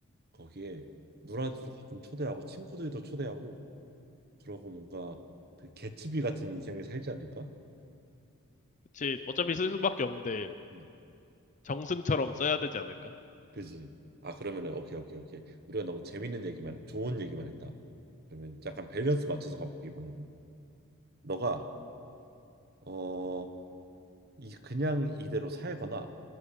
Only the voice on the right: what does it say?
거기에 누나들도 가끔 초대하고 친구들도 초대하고 그러고 뭔가 그 개츠비 같은 인생을 살지 않을까?
음.
그지? 아 그러면은 오케이 오케이 오케이 우리가 너무 재밌는 얘기만 좋은 얘기만 했다 그러면 약간 밸런스 맞춰서 가볼게 이번에는 너가 어 이 그냥 이대로 살거나